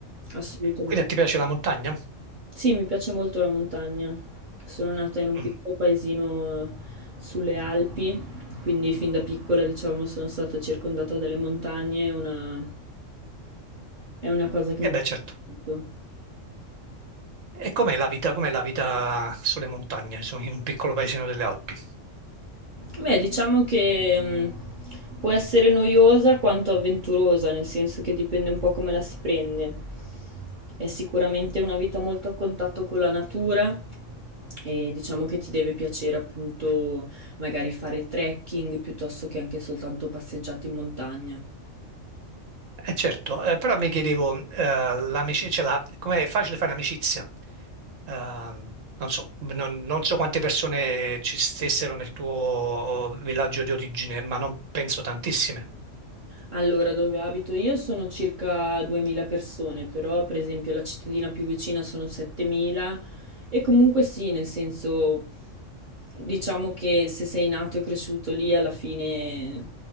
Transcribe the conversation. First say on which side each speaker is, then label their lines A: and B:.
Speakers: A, on the right (about 40°); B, on the right (about 75°).
A: Assolutamente.
B: Quindi a te piace la montagna?
A: Sì, mi piace molto la montagna. Sono nata in un
B: Mm.
A: piccolo paesino eh, sulle Alpi, quindi fin da piccola, diciamo, sono stata circondata dalle montagne, è una... è una cosa che
B: Eh
A: mi
B: beh,
A: piace
B: certo.
A: molto.
B: E com'è la vita, com'è la vita sulle montagne, su- in un piccolo paesino delle Alpi?
A: Beh, diciamo che mh, può essere noiosa quanto avventurosa, nel senso che dipende un po' come la si prende. È sicuramente una vita molto a contatto con la natura e diciamo che ti deve piacere appunto magari fare trekking piuttosto che anche soltanto passeggiate in montagna.
B: Eh certo, eh, però mi chiedevo, eh, l'amicizia, cioè la- com'è facile fare amicizia? Eh, non so, non, non so quante persone ci stessero nel tuo villaggio di origine, ma non penso tantissime.
A: Allora, dove abito io sono circa 2000 persone, però per esempio la cittadina più vicina sono 7000 e comunque sì, nel senso Diciamo che se sei nato e cresciuto lì, alla fine